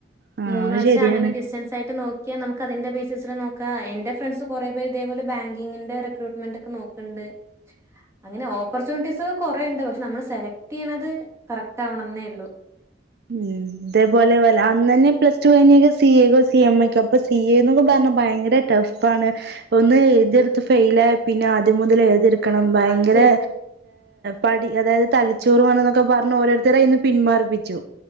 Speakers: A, on the right; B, on the right.
A: ആ
B: മൂന്ന്
A: അത്
B: വർഷം
A: ശരിയാണ്
B: അങ്ങനെ ഡിസ്റ്റൻസ് ആയിട്ട് നോക്കിയാ നമുക്ക് അതിന്റെ ബേസിസില് നോക്കാ എന്റെ ഫ്രണ്ട്സ് കൊറേ പേര് ഇതേപോലെ ബാങ്കിങ്കി വി റിക്രൂ്മെന് ഒക്കെ നോക്കണ്ട് അങ്ങനെ ഓപ്പർച്യൂണിറ്റീസ് ഒക്കെ കൊറുണ്ട് പക്ഷെ നമ്മൾ സെലക്ട് ചെയ്യുന്നത് കറക്റ്റ് ആവണെന്നേ ഉള്ളു
A: ഉം അതേപോലെ അന്ന് തന്നെ പ്ലസ് ടു കഴിഞ്ഞക്കെ സി എക്കോ സി എം ക്കോ അപ്പൊ സി എ എന്നൊക്കെ പറഞ്ഞ ഭയങ്കര ടഫ് ആണ് ഒന്ന് ഏതെടുത്ത് ഫെൽ ആഹ് പിന്നെ ആദ്യം മുതൽ ഏതടു ണം ഭയങ്കര്
B: അത് ശരി
A: പടി അതായത് തലിച്ചോറ് വേണം എന്നൊക്കെ പറഞ്ഞ് ഓരോരുത്തര ഇ പിന്മാറിപ്പിച്ചു